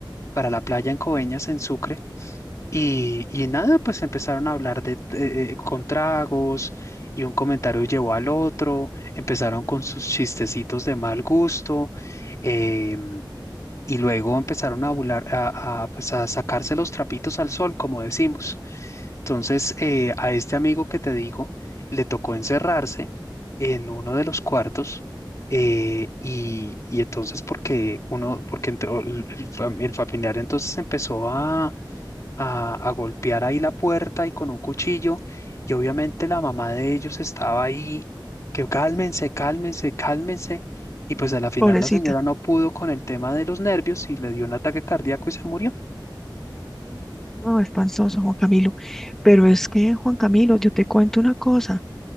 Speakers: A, on the left; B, in the centre.
A: para la playa en Coveñas, en Sucre. Y, y nada, pues empezaron a hablar de eh, eh, con tragos y un comentario llevó al otro, empezaron con sus chistecitos de mal gusto em, y luego empezaron a, bular- a, a, pues a sacarse los trapitos al sol, como decimos. Entonces, eh, a este amigo que te digo, le tocó encerrarse en uno de los cuartos eh, y, y entonces porque uno, porque ento- el el fam- el familiar entonces empezó a a, a golpear ahí la puerta y con un cuchillo. Y obviamente la mamá de ellos estaba ahí, que cálmense, cálmense, cálmense. Y pues a la final
B: Pobrecita.
A: la señora no pudo con el tema de los nervios y le dio un ataque cardíaco y se murió.
B: No, espansoso, Juan Camilo. Pero es que, Juan Camilo, yo te cuento una cosa.